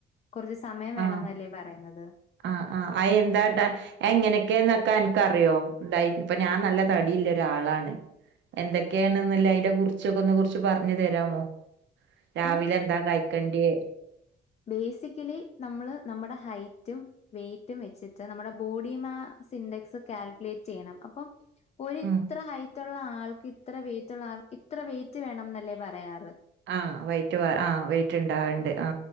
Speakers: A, on the left (about 35°); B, on the right (about 65°).
A: കുറച്ച് സമയം
B: ആ
A: വേണം എന്നല്ലേ പറയുന്നത്
B: ആ ആ അ എന്താട്ടാ എങ്ങനെയൊക്കെന്ന് ക്ക എനിക്കറിയോ ഇതായി ഇപ്പൊ ഞാൻ നല്ല തടിയില്ല ഒരാളാണ് എന്തൊക്കെയണെന്നില്ല അതിനെ കുറിച്ചൊക്ക ഒന്ന് കുറിച്ച് പറഞ്ഞു തരാമോ
A: അപ്പം
B: രാവിലെ എന്താ കഴിക്കണ്ടിയേ
A: ബേസിക്കലി നമ്മള് നമ്മുടെ ഹൈറ്റും വെയ്റ്റും വെച്ചിട്ട് നമ്മുടെ ബോഡി മാ സിന്റക്സ് കാൽക്കുലേറ്റ് ചെയ്യണം അപ്പൊ ഒരു
B: ഉം
A: ഇത്ര ഹൈറ്റ് ള്ള ആൾക്ക് ഇത്ര വെയ്റ്റ്ള്ള ആൾക്ക് ഇത്ര വെയിറ്റ് വേണം എന്നല്ലേ പറയാറ്
B: ആ വൈറ്റ് ആ വെയ്റ്റ് ഉണ്ടാവണ്ട് ആ